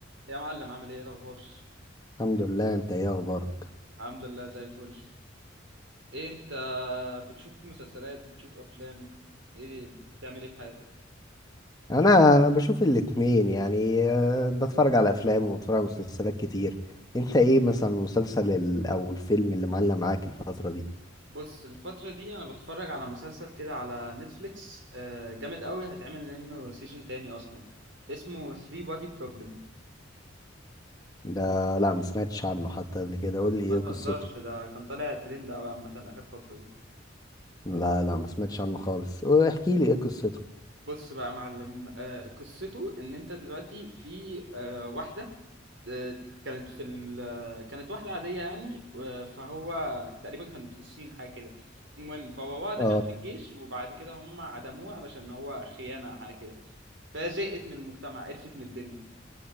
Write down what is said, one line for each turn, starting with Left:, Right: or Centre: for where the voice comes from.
Right: يا معلم عامل ايه الاخبار
Left: الحمد لله انت ايه اخبارك
Right: الحمد لله زي الفل ايه انت بتشوف مسلسلات بتشوف افلام ايه بتعمل ايه في حياتك
Left: انا انا بشوف الاتنين يعني آه، بتفرج على افلام وبتفرج على مسلسلات كتير انت ايه مثلا المسلسل ال- او الفيلم اللي معلق معاك الفترة دي
Right: بص الفترة دي انا بتفرج على مسلسل كده على نتفليكس آه، جامد قوي هيتعمل منه سيزون تاني اصلا اسمه 3 بادي بروبلم
Left: ده لا ما سمعتش عنه حتى قبل كده قول لي ايه
Right: ما تهزرش
Left: قصته
Right: ده كان طالع ترند قوي عامة اخر فترة دي
Left: لا لا ما سمعتش عنه خالص واحكي لي ايه قصته
Right: بص بقى يا معلم آه، قصته ان انت دلوقتي في آه، واحدة آه، كانت في ال... كانت واحدة عادية يعني و- فهو تقريبا كانت في الصين حاجة كده المهم فباباها ده
Left: اه
Right: كان في الجيش وبعد كده هم عدموه علشان هو خيانة حاجة كده فهي زهقت من المجتمع عرفت من الدنيا